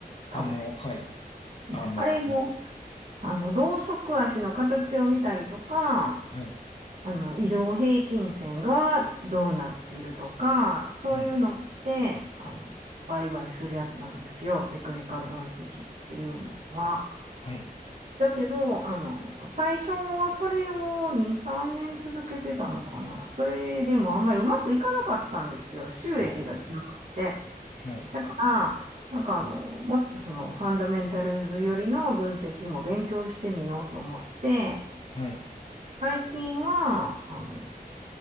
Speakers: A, on the right; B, on the left.
A: 株式。
B: あの、はい、
A: うん。
B: あの、
A: あれも、あの、ロウソク足の形を見たりとか、
B: はい、
A: あの、移動平均線がどうなっているとか、そういうのって、
B: はい、
A: あの、売買するやつなんですよ。テクニカル分析っていうのは。
B: はい、
A: だけど、あの、最初、それを2、3年続けてたのかな。それでもあんまりうまくいかなかったんですよ。収益が出なくて。
B: あーはい、
A: だから、なんかあの、もっとその、ファンダメンタルズよりの分析も勉強してみようと思って、
B: はい、
A: 最近は、あの、